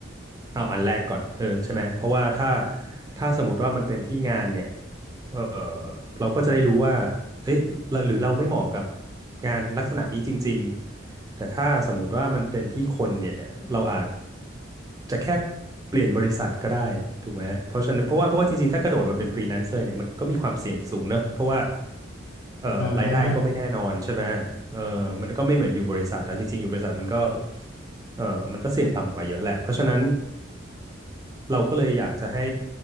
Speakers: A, on the right; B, on the left.
A: เอาอันแรกก่อนเออใช่ไหมเพราะว่าถ้าถ้าสมมติว่ามันเป็นที่งานเนี่ยเออเราก็จะได้รู้ว่าเอ๊ะหรือเราไม่เหมาะกับงานลักษณะนี้จริงๆ แต่ถ้าสมมุติว่ามันเป็นที่คนเนี่ยเราอาจจะแค่เปลี่ยนบริษัทก็ได้ถูกไหมเพราะฉะนั้นเพราะว่าเพราะว่าจริงๆถ้ากระโดดมาเป็นฟรีแลนซ์เลยเนี่ยมันก็มีความเสี่ยงสูงเนอะเพราะว่าเอ่อรายได้ก็ไม่แน่นอนใช่ไหมเออมันก็ไม่เหมือนอยู่บริษัทเอาจริงๆอยู่บริษัทมันก็
B: อืม
A: เออมันก็เสี่ยงต่ำกว่าเยอะแหละเพราะฉะนั้นเราก็เลยอยากจะให้